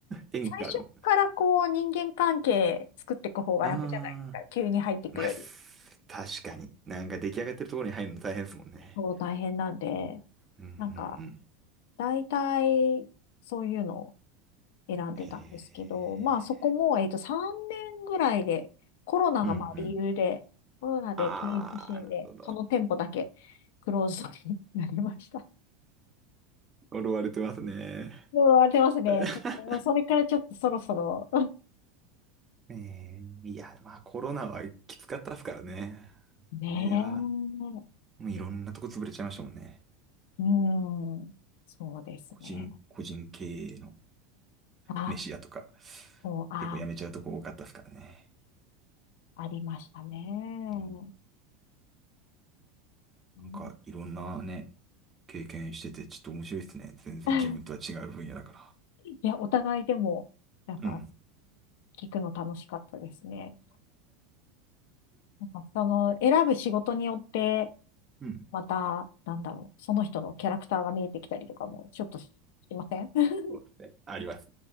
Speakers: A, on the right; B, on the left.
A: 縁がある。
B: 最初からこう、人間関係作っていく方が楽じゃないですか。
A: ああ、
B: 急に入っていくより。
A: まあ、す確かに。なんか出来上がってるところに入るの大変ですもんね。
B: そう、大変なんで、
A: うんうんう
B: なんか、
A: ん。
B: 大体、そういうの、選んでたんですけど、
A: へえ。
B: まあそこも、えっと、3年ぐらいで、コロナがまあ理由で、
A: うんうん。
B: コロナで経営不振で、
A: ああ、なるほど。
B: その店舗だけクローズドになりました。
A: 呪われてますね。
B: もう荒れてますね。
A: <laughs>
B: ちょっと、もうそれからちょっとそろそろ。
A: えーいや、まあコロナはきつかったですからね。
B: ね
A: あれは、もういろんなとこ潰れちゃいましたもんね。
B: え。うん。そうですね。
A: 個人、個人経営の
B: あ、
A: 飯屋とか、
B: そう、あ、
A: 結構やめちゃうとこ多かったですからね。
B: ありましたね。
A: うん。なんかいろんなね、
B: ね
A: 経験しててちょっと面白いですね。全然自分とは違う分野だから。
B: <laughs> いや、お互いでも、なんか、
A: うん。
B: 聞くの楽しかったですね。なんか、その、選ぶ仕事によって、
A: うん。
B: また、なんだろう、その人のキャラクターが見えてきたりとかも、ちょっとし、しません <laughs>
A: そうですね。あります。